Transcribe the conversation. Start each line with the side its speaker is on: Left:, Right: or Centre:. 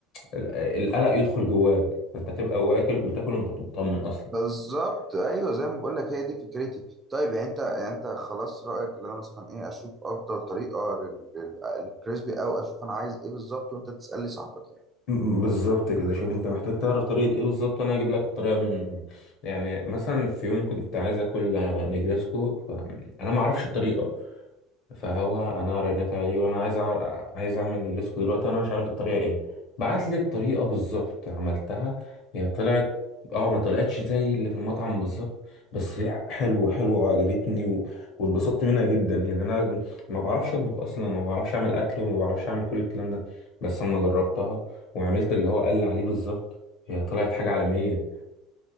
Left: ال- القلق يدخل جواك فانت تبقى واكل بتاكل وانت مطمن اصلا
Right: بالظبط ايوه زي ما بقول لك هي دي فكرتي طيب يعني انت يعني انت خلاص رايك اللي انا مثلا ايه اشوف افضل طريقه لل- لل- للكريسبي او اشوف انا عايز ايه بالظبط وانت تسالني صاحبك
Left: م- بالظبط كده شوف انت محتاج تعرف طريقة ايه بالظبط وانا هجيب لك الطريقة منه يعني يعني مثلا في يوم كنت عايز اكل آه، نجريسكو فانا ما اعرفش الطريقة فهو انا رنيت عليه وانا عايز أع... عايز اعمل نجريسكو دلوقتي وانا مش عارف الطريقه ايه بعت لي الطريقه بالظبط عملتها هي طلعت اه ما طلعتش زي اللي في المطعم بالظبط بس هي حلوه حلوه وعجبتني و... واتبسطت منها جدا يعني انا ما بعرفش اطبخ اصلا وما بعرفش اعمل اكل وما بعرفش اعمل كل الكلام ده بس اما جربتها وعملت اللي هو قال عليه بالظبط هي طلعت حاجه عالميه